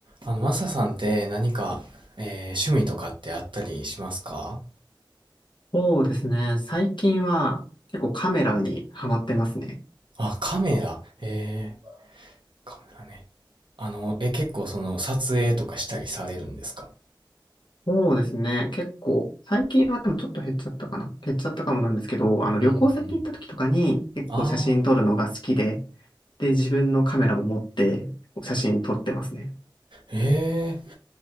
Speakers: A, on the right (about 70°); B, on the left (about 65°).
A: あの、マサさんって何か、えー趣味とかってあったりしますか
B: そうですね。最近は結構カメラにハマってますね。
A: あ、カメラ。えー、カメラね。あの、え、結構その撮影とかしたりされるんですか
B: そうですね。結構、最近はでもちょっと減っちゃったかな。減っちゃったかもなんですけど、あの旅行先行った時とかに結構写真撮るのが好きで、
A: うんうんああ
B: で、自分のカメラも持って写真撮ってますね。
A: ええ